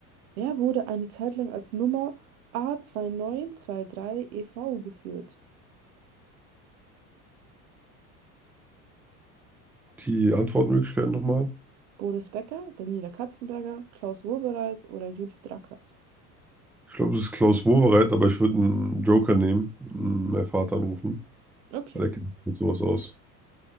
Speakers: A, on the right (about 65°); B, in the centre.
A: Wer wurde eine Zeit lang als Nummer A2923EV zwei neun zwei neun geführt?
B: die Antwortmöglichkeiten nochmal.
A: Boris Becker, Daniela Katzenberger, Klaus Wowereit oder Judith Drackers.
B: Ich glaube, es ist Klaus Wowereit, aber ich würde einen Joker nehmen, und meinen Vater anrufen,
A: Okay,
B: weil er kennt sich mit sowas aus.